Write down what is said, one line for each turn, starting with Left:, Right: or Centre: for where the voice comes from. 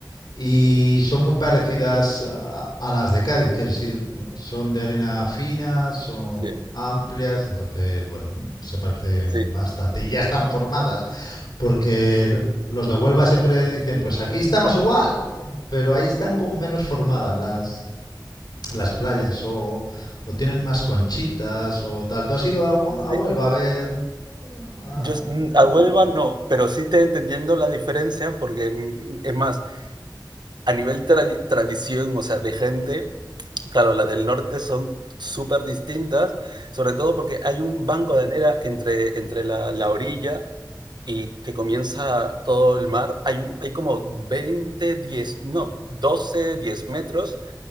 Left: Y son muy parecidas a, a las de Cádiz, que sí son de arena fina, son
Right: Sí,
Left: amplias, entonces, bueno, se parecen
Right: sí.
Left: bastante y ya están formadas, porque el- los de Huelva siempre dicen, pues aquí estamos igual, pero ahí están como menos formadas las, las playas
Right: Ujú.
Left: o, o tienen más conchitas o tal. ¿Tú has ido a, Hue-
Right: Sí.
Left: a Huelva a ver? Ah,
Right: Yo s- mm, a Huelva no, pero sí te entendiendo la diferencia porque mm, es más, a nivel tra tradición, o sea, de gente, claro, las del norte son súper distintas, sobre todo porque hay un banco de arena entre, entre la, la orilla y que comienza todo el mar, hay, un- hay como 20 diez no, 12 10 metros